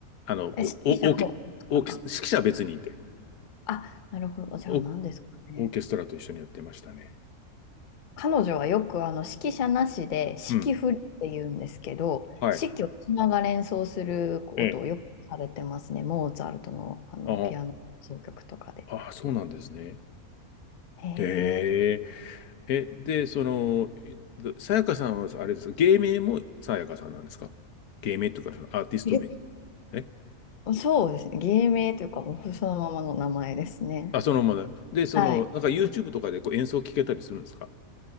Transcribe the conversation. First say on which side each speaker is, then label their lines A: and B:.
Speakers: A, on the left (about 85°); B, on the left (about 45°).
A: あの、こう、
B: え、指揮者も、
A: おオーケ、オーケ、
B: なんか。
A: 指揮者は別にいて、
B: あ、なるほど。じゃあ何ですかね。
A: オ、オーケストラと一緒にやってましたね。
B: 彼女はよくあの指揮者なしで指揮振りって言うんですけど、
A: うん。はい。
B: 指揮をしながら演奏することをよくされてますね。
A: ええ。
B: モーツァルトの、あのピアノ奏曲とかで。
A: あ、あ、そうなんですね。
B: へ
A: え
B: え。
A: え、え、で、その、えどさやかさんは、あれですか、芸名もさやかさんなんですか芸名っていうか、そのアーティスト名。
B: え
A: え
B: <laughs> そうですね。芸名というか、もうそのままの名前ですね。
A: あ、そのままだ。で、その、
B: はい。
A: なんか YouTube とかでこう演奏聞けたりするんですか